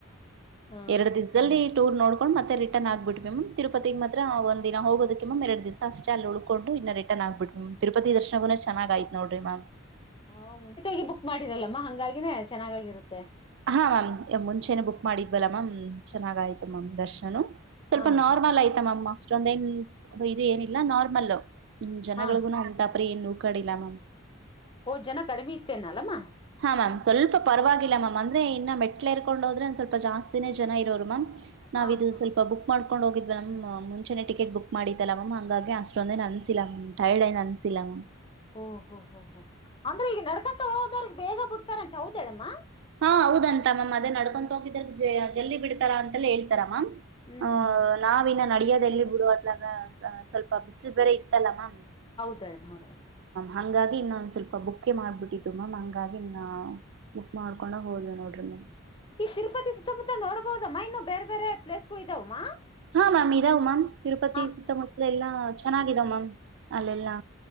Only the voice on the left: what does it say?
ಹ
ಹಾ ಮುಂಚಿತ ಬುಕ್ ಮಾಡಿರಲ್ಲಮ್ಮ ಹಂಗಾಗಿನೇ ಚೆನ್ನಾಗಾಗಿರುತ್ತೆ
ಹಾ
ಹಾ
ಹಾ
ಹಓದ್ ಜನ ಕಡಿಮೆ ಇತ್ತೇನಲ್ಲಮ್ಮ
ಹಾ
ಹಾ
ಹಓ್ ಹ್ ಹ್ ಹ್ ಹ್ ಅಂದ್ರ ಈಗ ನಡ್ಕಂತ ಹೋದ ಬೇಗ ಬಿಡ್ತಾರ ಅಂತ ಹೌದಮ್ಮ
ಹ್ಮ್
ಹ್ಮ್ ಹ್ಮ್
ಡ್ಣ ಅವರ್ಣ
ಈ ತಿರುಪತಿ ಸುತ್ತಮುತ್ತ ನೋಡ್ಬಹುದಮ್ಮ ಇನ್ನು ಬೇರೆ ಬೇರೆ ಪ್ಲೇಸ್ಗಳು ಇದಾವಮ್ಮ
ಹಾ